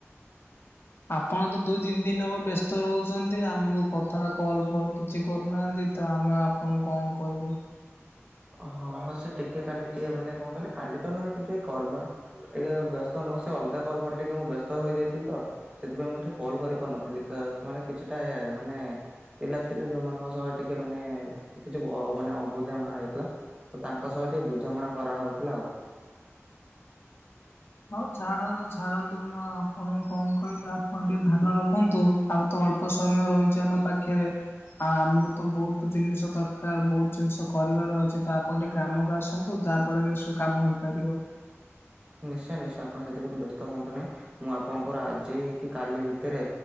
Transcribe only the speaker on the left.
ଆପଣ ତ ଦୁଇ ତିନି ଦିନ ହେବ ବ୍ୟସ୍ତ ରହୁଛନ୍ତି ଆମକୁ କଥା କଲ ଫଲ କିଛି କରୁନାହାନ୍ତି। ତ ଆମେ ଆପଣଙ୍କୁ କଣ କହିବୁ।
ହଉ ଛାଡ଼ନ୍ତୁ ଛାଡ଼ନ୍ତୁ ମୁଁ ଆପଣଙ୍କୁ କଣ କହିବି ଆପଣ ଟିକେ ଧ୍ୟ୍ୟନ ରଖନ୍ତୁ। ଆଉ ତ ଅଳ୍ପ ସମୟ ରହିଛି ଆମ ପାଖରେ। ଆଉ ଆମକୁ ତ ବହୁତ ଜିନିଷ ଦରକାର ବହୁତ ଜିନିଷ କରିବାର ଅଛି ତ ଆପଣ ଟିକେ ଗ୍ରାମକୁ ଆସନ୍ତୁ। ହଉ ତା ଫଳରେ ଏ ସବୁ କାମ ହେଇପାରିବ।